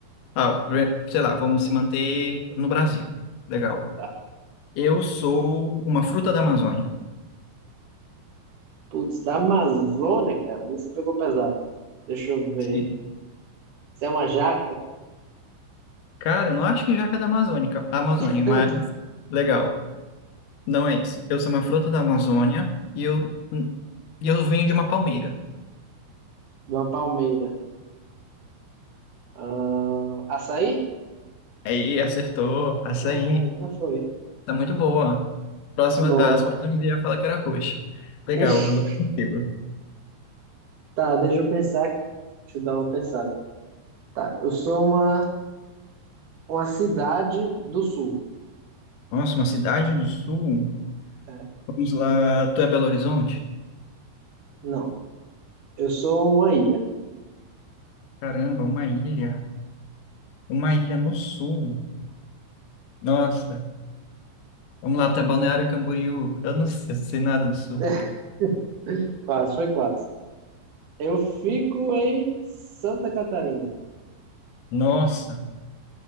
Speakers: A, on the left; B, on the right.
A: Ah, pre- sei lá, vamos se manter no Brasil. Legal.
B: Tá.
A: Eu sou uma fruta da Amazônia.
B: Putz, da Amazônia, cara. Isso pegou pesado. Deixa eu ver.
A: Sim.
B: Você é uma jaca?
A: Cara, eu não acho que jaca é da Amazônica, da Amazônia,
B: <laughs>
A: mas legal. Não é isso. Eu sou uma fruta da Amazônia e eu, e eu venho de uma palmeira.
B: De uma palmeira. Ah, açaí?
A: Aí acertou, açaí.
B: Ah, agora foi.
A: Tá muito boa. Próxima,
B: Boa.
A: as próximas eu ia falar que era roxa. Legal,
B: <laughs>
A: agora é contigo.
B: Tá, deixa eu pensar. Deixa eu dar uma pensada. Tá, eu sou uma, uma cidade do sul.
A: Nossa, uma cidade do sul.
B: É,
A: Vamos lá, tu é Belo Horizonte?
B: não. Eu sou uma ilha.
A: Caramba, uma ilha. Uma ilha no sul. Nossa. Vamos lá, tu é Balneário Camboriú. Eu não sei, eu não sei nada do sul.
B: <laughs> Quase, foi quase. Eu fico em Santa Catarina.
A: Nossa,